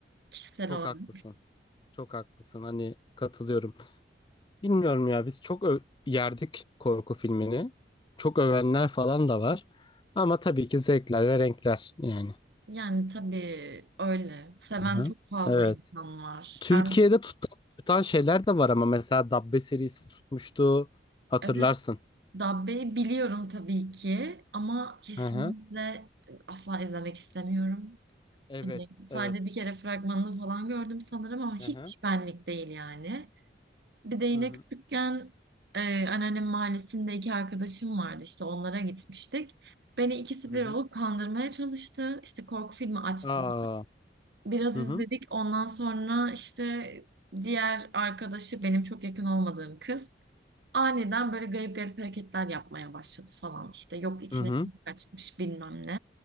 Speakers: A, on the right; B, on the left.
A: Kişisel
B: Çok
A: olarak.
B: haklısın. Çok haklısın. Hani katılıyorum. Bilmiyorum ya biz çok ö- yerdik korku filmini. Çok övenler falan da var. Ama tabii ki zevkler ve renkler yani.
A: Yani tabii öyle. Seven
B: Aha.
A: çok fazla
B: Evet.
A: insan var.
B: Türkiye'de
A: Ben
B: tut tutan şeyler de var ama mesela Dabbe serisi tutmuştu. Hatırlarsın.
A: evet Dabbe'yi biliyorum tabii ki ama kesinlikle
B: Aha.
A: asla izlemek istemiyorum.
B: Evet,
A: Hani
B: evet.
A: sadece bir kere fragmanını falan gördüm sanırım ama hiç
B: Aha.
A: benlik değil yani. Bir de yine
B: Hı hı.
A: küçükken e, anneannem mahallesinde iki arkadaşım vardı işte onlara gitmiştik. Beni ikisi
B: Hı
A: bir
B: hı.
A: olup kandırmaya çalıştı. İşte korku filmi açtılar.
B: Aa.
A: Biraz
B: Hı
A: izledik
B: hı.
A: ondan sonra işte diğer arkadaşı benim çok yakın olmadığım kız. Aniden böyle garip garip hareketler yapmaya başladı falan işte. Yok içine
B: Hı hı.
A: kim kaçmış bilmem ne.